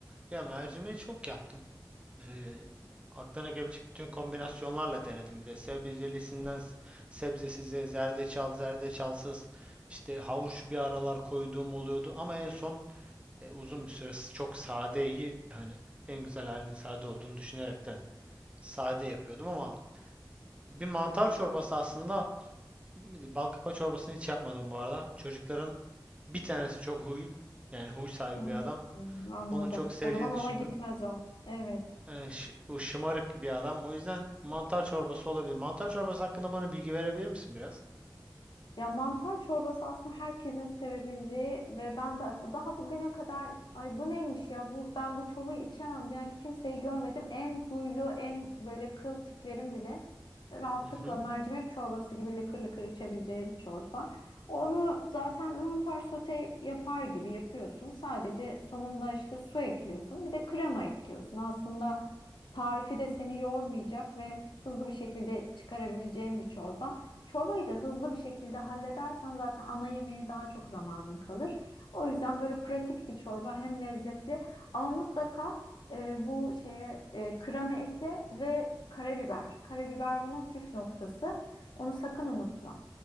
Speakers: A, on the right (about 15°); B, on the left (about 80°).
A: Ya mercimeği çok yaptım. E, aklına gelebilecek bütün kombinasyonlarla denedim bir de. Sebzelisinden s- sebzesize, zerdeçal, zerdeçalsız, işte havuç bir aralar koyduğum oluyordu. Ama en son e, uzun bir süre s- çok sadeyi hani en güzel halinin sade olduğunu düşünerekten sade yapıyordum ama bir mantar çorbası aslında bal kabağı çorbasını hiç yapmadım bu arada. Çocukların bir tanesi çok huy yani huy sahibi
B: Hmm,
A: bir adam.
B: anladım.
A: Onun çok seveceğini
B: O zaman ona
A: düşünmüyorum.
B: gitmez o. Evet.
A: Yani ş- o şımarık bir adam. O yüzden mantar çorbası olabilir. Mantar çorbası hakkında bana bilgi verebilir misin biraz?
B: Ya mantar çorbası aslında herkesin sevebileceği ve ben de daha bugüne kadar ay bu neymiş ya bu ben bu çorbayı içemem diyen kimseyi görmedim. En huylu en böyle kıl tiplerin bile rahatlıkla
A: Hı hı,
B: mercimek çorbası gibi lıkır lıkır içebileceği bir çorba. Onu zaten mantar sote yapar gibi yapıyorsun. Sadece sonunda işte su ekliyorsun. Bir de krema ekliyorsun. Aslında tarifi de seni yormayacak ve hızlı bir şekilde çıkarabileceğin bir çorba. Çorbayı da hızlı bir şekilde halledersen zaten ana yemeğe daha çok zamanın kalır. O yüzden böyle pratik bir çorba hem lezzetli ama mutlaka e, bu şeye e, kremi ekle ve karabiber. Karabiber bunun püf noktası. Onu sakın unutma.